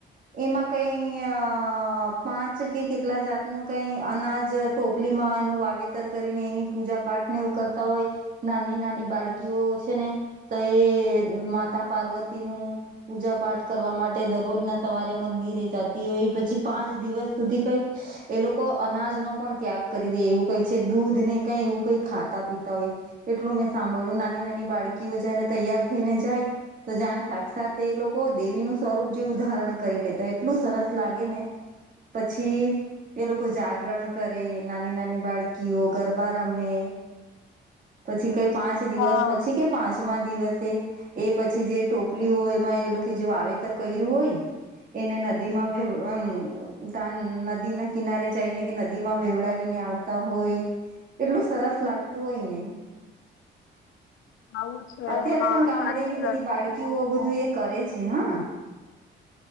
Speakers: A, on the right; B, on the left.
A: એમાં કઈ પાંચ કે કેટલા જાતનું કઈ અનાજ ટોપલીમાં એનું વાવેતર કરીને એની પૂજા પાઠ ને એવું કરતા હોય. નાની નાની બાળકીઓ છે ને તો એ માતા પાર્વતી નું પૂજા પાઠ કરવા માટે દરરોજના સવારે મંદિરે જાતી હોય, પછી પાંચ દિવસ સુધી કઈ એ લોકો અનાજ નો પણ ત્યાગ કરી દે એવું કહે છે. દૂધ ને કઈ એવું કઈ ખાતા પીતા હોય એટલું મેં સાંભળ્યું નાની નાની બાળકીઓ જયારે તૈયાર થઈને જાય. તો જાણે સાક્ષાત એ લોકો દેવીનું સ્વરૂપ જેવું દાહરણ કરી લેતા એટલું સરસ લાગે ને પછી એ લોકો જાગરણ કરે નાની નાની બાળકીઓ ગરબા રમે પછી કઈ પાંચ દિવસ
B: હા
A: પછી કે પાંચમા દિવસે એ પછી જે ટોપલી હોય એમાં એ લોકો જે વાવેતર કર્યું હોય એને નદી માં <unintelligible> ત નદી ના કિનારે જઈને કે નદી માં વેવડાવીને આવ હોય એટલું સરસ લાગતું હોય ને
B: આવું છે
A: અત્યારે
B: હા
A: પણ ગામડેની
B: સાચી
A: બધી
B: વાત
A: બાળકીઓ
B: છે
A: બધું એ કરે છે હા